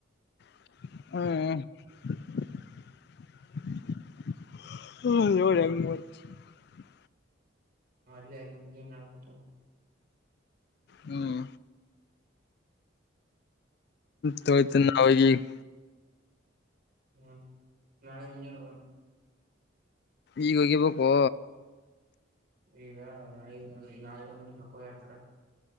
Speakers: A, on the left (about 55°); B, on the right (about 50°).
A: <unintelligible> ಡ್ ಹೆಂಗ್ ಮಾಡ್ತಿ.
B: ಹಾ ಅಲ್ಲೆ ಯಾಡ್ ಮಿಂಟ್ ಗೇಮ್ ಆಡಾಕುಂತೇವ್
A: ಹ್ಮ್ ತೊಳಿತನ್ ನಾ ಹೋಗಿ ಈಗ್
B: ಹ್ಮ್ ನಾಳೆ ಮುಂಜಾನೆ ಹೋಗಂ
A: ಈಗ ಹೋಗಿಬೇಕೋ
B: ಈಗ್ ಬ್ಯಾಡೋ ನಾಳಿಗ್ ನಾಳಿಗೆ ಒಂದಿನ ಹಾಕೋ ಯಾಡ್ಸರಾ